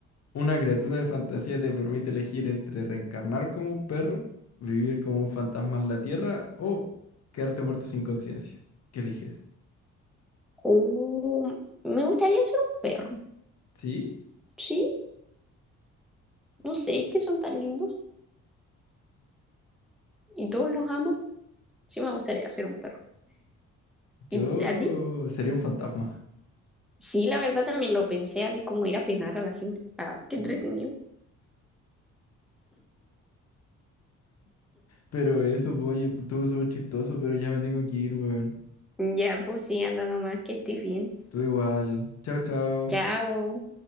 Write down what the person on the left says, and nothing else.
¿Una criatura de fantasía te permite elegir entre reencarnar como un perro, vivir como un fantasma en la tierra o quedarte muerto sin conciencia? ¿Qué eliges?
Sí,
yo
sería un fantasma.
Sí.
Pero eso, pues, oye, estuvo súper chistoso, pero ya me tengo que ir, weón.
Tú igual. Chao, chao.